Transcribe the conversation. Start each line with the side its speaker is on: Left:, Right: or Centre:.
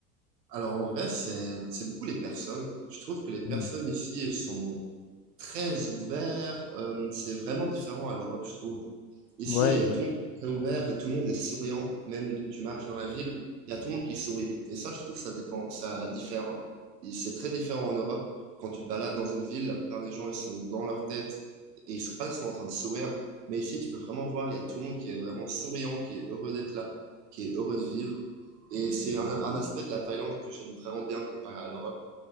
Right: Alors, en vrai, c'est, c'est beaucoup les personnes. Je trouve que les personnes
Left: Hmm.
Right: ici, elles sont très ouvert. euh, c'est vraiment différent à l'Europe, je trouve. Ici,
Left: Ouais,
Right: il y a
Left: ouais.
Right: tout le monde qui est très ouvert et tout le monde est souriant. Même tu marches dans la ville, il y a tout le monde qui sourit. Et ça, je trouve, ça dépend, ça diffère. Et C'est très différent en Europe. Quand tu te balades dans une ville, la plupart des gens, ils sont dans leur tête et ils sont pas seulement en train de sourire. Mais ici, tu peux vraiment voir, il y a tout le monde qui est vraiment souriant, qui est heureux d'être là, qui est heureux de vivre. Et c'est un, un aspect de la Thaïlande que j'aime vraiment bien comparé à l'Europe.